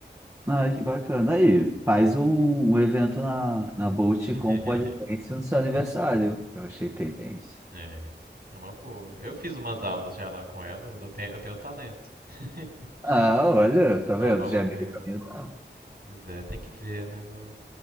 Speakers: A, on the right (about 15°); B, on the right (about 60°).
A: Ah, que bacana. Aí, faz um, um evento na, na Bolt
B: <laughs>
A: com o Polidense no seu aniversário. Eu achei tendência.
B: É, é uma boa. Eu fiz umas aulas já lá com ela, eu tenho, eu tenho talento. <laughs>
A: Ah, olha, tá
B: Mas
A: vendo?
B: vamos
A: Já é meio
B: ver.
A: caminho dado.
B: Pois é, tem que ver, né? O,